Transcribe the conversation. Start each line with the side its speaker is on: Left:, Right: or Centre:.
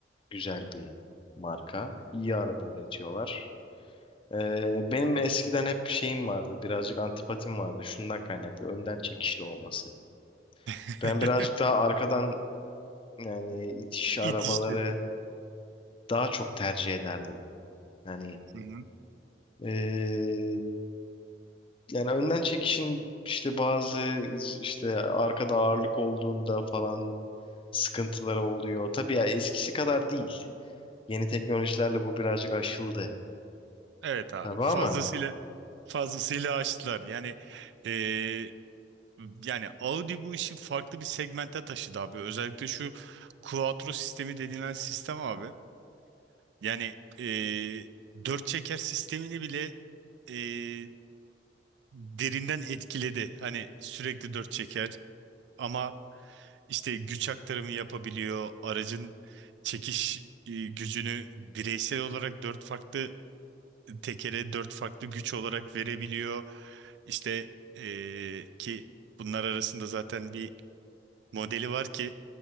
Left: güzel bir marka. İyi araba üretiyorlar. Ee, benim eskiden hep bir şeyim vardı. Birazcık antipatim vardı. Şundan kaynaklı. Önden çekişli olması.
Right: <laughs>
Left: Ben birazcık daha arkadan yani itiş arabaları
Right: İtişli.
Left: daha çok tercih ederdim. Yani
Right: Hı hı.
Left: ee, yani önden çekişin işte bazı işte arkada ağırlık olduğunda falan sıkıntıları oluyor. Tabii ya eskisi kadar değil. Yeni teknolojilerle bu birazcık aşıldı.
Right: Evet abi.
Left: Tabii
Right: Fazlasıyla
Left: ama
Right: fazlasıyla açtılar. Yani e, yani Audi bu işi farklı bir segmente taşıdı abi. Özellikle şu Quattro sistemi denilen sistem abi. Yani e, dört çeker sistemini bile e, derinden etkiledi. Hani sürekli dört çeker ama işte güç aktarımı yapabiliyor. Aracın çekiş e, gücünü bireysel olarak dört farklı tekere dört farklı güç olarak verebiliyor. İşte e, ki bunlar arasında zaten bir modeli var ki